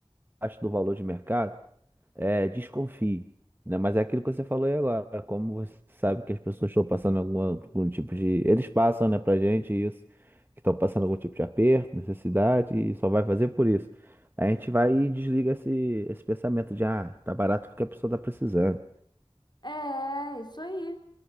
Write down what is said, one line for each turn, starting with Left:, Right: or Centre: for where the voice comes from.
Right: abaixo do valor de mercado, é, desconfie, né? Mas é aquilo que você falou aí agora, como você sabe que as pessoas estão passando alguma- algum tipo de... Eles passam, né, pra gente isso, que estão passando algum tipo de aperto, necessidade, e só vai fazer por isso. A gente vai e desliga esse, esse pensamento de, ah, tá barato porque a pessoa tá precisando.
Left: É, isso aí.